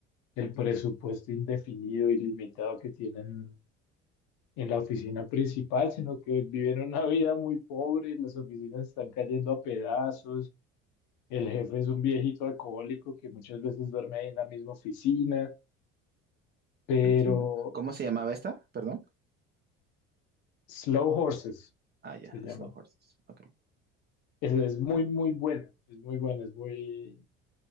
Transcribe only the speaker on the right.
entiendo. ¿Cómo se llamaba esta? Perdón.
Ah, ya,
Slow Horses. Ok.
ok.